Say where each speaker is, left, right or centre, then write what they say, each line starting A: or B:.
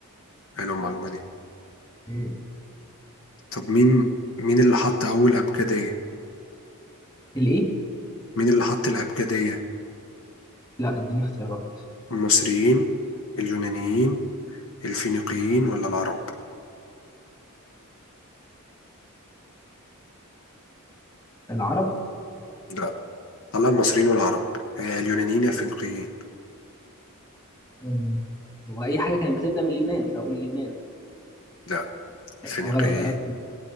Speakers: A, on the left (about 65°); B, on the left (about 15°).
A: حلوه المعلومة دي
B: مم.
A: طب مين مين اللي حط أول أبجدية؟
B: الإيه؟
A: مين اللي حط الأبجدية؟
B: لا اديني اختيارات
A: المصريين اليونانيين الفينيقيين ولا العرب؟
B: العرب
A: لا طلع المصريين والعرب هي اليونانيين يا الفينيقيين
B: مم. هو أي حاجة كانت بتبدأ من اليونان أو اليونان
A: لا الفينيقيين
B: غلط ها